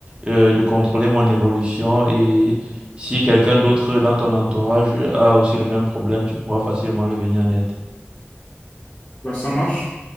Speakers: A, on the right; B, on the left.
A: euh, de contrôler mon évolution et si quelqu'un d'autre dans ton entourage a aussi le même problème, tu pourras facilement le venir en aide.
B: Bah, ça marche?